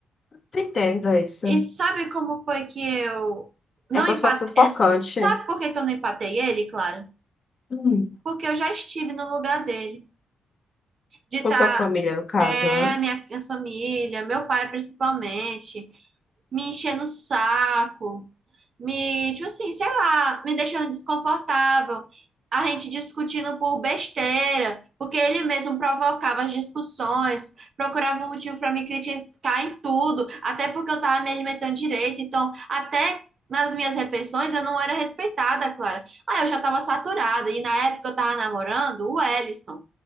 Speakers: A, on the left (about 45°); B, on the right (about 50°).
A: Tô Entendo isso.
B: E sabe como foi que eu não
A: É como
B: empatei?
A: se fosse sufocante.
B: Sabe por que que eu não empatei ele, Clara?
A: Hum.
B: porque eu já estive no lugar dele, de estar,
A: Com sua família, no caso,
B: é,
A: né?
B: a minha a família, meu pai principalmente, me enchendo o saco, me, tipo assim, sei lá, me deixando desconfortável, a gente discutindo por besteira, porque ele mesmo provocava as discussões, procurava um motivo para me criticar em tudo, até porque eu tava me alimentando direito, então até nas minhas refeições eu não era respeitada, Clara. Ah, eu já tava saturada e na época eu tava namorando o Ellison